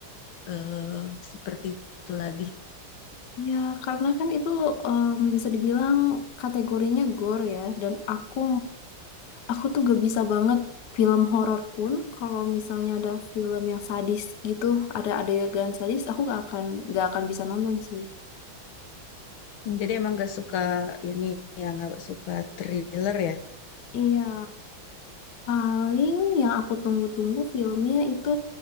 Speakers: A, on the left; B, on the left.
A: eh, seperti itu lagi.
B: Ya, karena kan itu em, bisa dibilang kategorinya gore ya, dan aku Aku tuh gak bisa banget film horor pun kalau misalnya ada film yang sadis gitu, ada adegan sadis, aku gak akan gak akan bisa nonton sih.
A: Hmm, Jadi emang nggak suka ini ya nggak suka thriller ya.
B: Iya, paling yang aku tunggu-tunggu filmnya itu